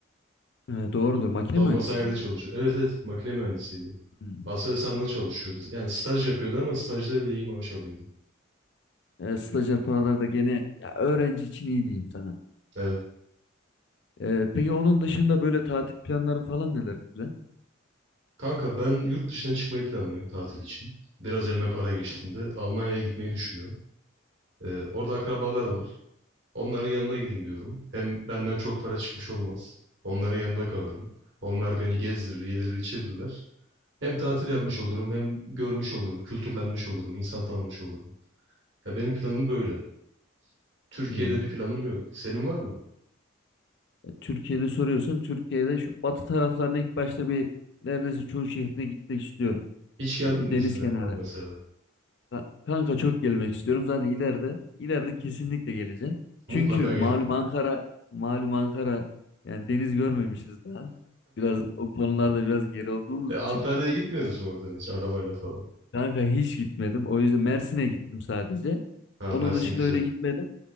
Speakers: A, on the left (about 55°); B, on the right (about 65°).
A: e, doğrudur. Makine
B: Savunma
A: mühendisi
B: sanayide
A: miydi?
B: çalışıyordu. Evet evet. Makine mühendisiydi.
A: Hmm.
B: Aselsan'da çalışıyordu. Yani staj yapıyordu ama stajda bile iyi maaş alıyordu.
A: E, stajyer paralar da gene ya öğrenci için iyi diyeyim sana.
B: Evet.
A: E, peki onun dışında böyle tatil planları falan neler güzel?
B: Kanka ben yurt dışına çıkmayı planlıyorum tatil için. Biraz elime para geçtiğinde Almanya'ya gitmeyi düşünüyorum. Ee, orada akrabalar var. Onların yanına gideyim diyorum. Hem benden çok para çıkmış olmaz. Onların yanında kalırım. Onlar beni gezdirir, yedirir, içirirler. Hem tatil yapmış olurum, hem görmüş olurum, kültürlenmiş olurum, insan tanımış olurum. Ya benim planım böyle. Türkiye'de
A: Hmm.
B: bir planım yok. Senin var mı?
A: E, Türkiye'de soruyorsun. Türkiye'de şu batı taraflarına ilk başta bir neredeyse çoğu şehrine gitmek istiyorum.
B: Hiç geldin
A: Ya bir
B: mi
A: deniz
B: İzmir'e
A: kenarı.
B: falan mesela?
A: Ka- Kanka çok gelmek istiyorum. Zaten ileride ileride kesinlikle geleceğim.
B: Mutlaka
A: Çünkü malum
B: gel.
A: Ankara malum Ankara yani deniz görmemişiz daha. Biraz o konularda biraz geri olduğumuz
B: E, Antalya'ya
A: için.
B: gitmiyorsunuz mu oradan hiç arabayla falan?
A: Kanka hiç gitmedim. O yüzden Mersin'e gittim sadece.
B: Ha
A: Onun
B: Mersin
A: dışında
B: güzel.
A: öyle gitmedim.